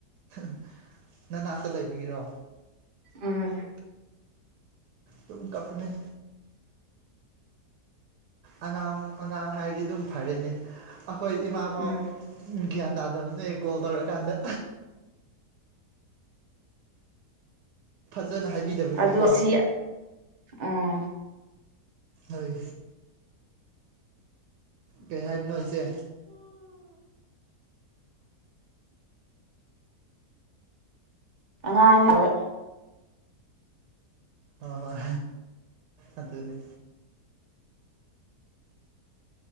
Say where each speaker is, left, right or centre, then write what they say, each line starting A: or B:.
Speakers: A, on the right (about 85°); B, on the right (about 40°).
A: ꯍꯍ ꯅꯅꯥꯛꯇ ꯂꯩꯕꯒꯤꯔꯣ
B: ꯎꯝ
A: ꯇꯨꯝ ꯀꯞꯄꯅꯦ
B: <inaudible>
A: ꯑꯉꯥꯡ ꯑꯉꯥꯡ ꯍꯥꯏꯔꯗꯤ ꯑꯗꯨꯝ ꯐꯔꯦꯅꯦ ꯑꯩꯈꯣꯏ ꯏꯃꯥ ꯐꯥꯎ
B: ꯎꯝ
A: ꯒ꯭ꯌꯥꯟ ꯇꯥꯗꯕꯅꯦ ꯀꯣꯜ ꯇꯧꯔꯀꯥꯟꯗ
B: <inaudible>
A: ꯐꯖꯥꯟꯅ ꯍꯥꯏꯕꯤꯗꯕꯒꯤꯀꯣ
B: ꯑꯗꯨ ꯑꯁꯤ ꯎꯝ
A: ꯍꯣꯏ ꯀꯩ ꯍꯥꯏꯕꯅꯣ ꯏꯆꯦ
B: ꯑꯉꯥꯡꯉꯔꯣꯏ
A: ꯍꯣꯏ ꯍꯣꯏ ꯑꯗꯨꯅꯤ